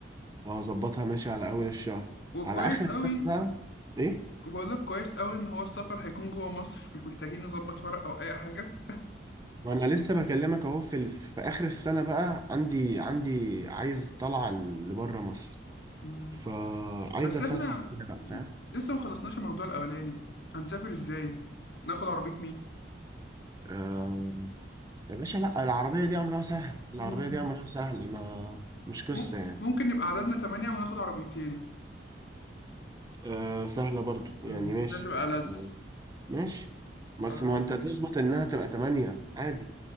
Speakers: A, on the right; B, on the left.
A: وهظبطها ماشي على اول الشهر
B: وكويس
A: على اخر
B: قوي
A: السنة بقى ايه
B: وبقول لك كويس قوي ان هو السفر هيكون جوه مصر مش محتاجين نظبط ورق او اي حاجه
A: وانا لسه بكلمك اهو في ال... في اخر السنة بقى عندي عندي عايز طلعة لبره مصر
B: <laughs> مم.
A: فعايز
B: بس
A: اتفسح
B: احنا
A: كده بقى فاهم
B: ل- لسه ما خلصناش الموضوع الاولاني هنسافر ازاي ناخد عربيه
A: آه، يا باشا لا العربية دي امرها سهل العربية
B: مين
A: دي امرها سهل ما مش قصة
B: مم-
A: يعني
B: ممكن نبقى عددنا تمانية وناخد عربيتين
A: آه، سهلة برضو يعني
B: مم،
A: ماشي
B: دي هتبقى ألذ
A: يعني ماشي
B: خلاص.
A: بس ما انت تظبط انها تبقى تمانية عادي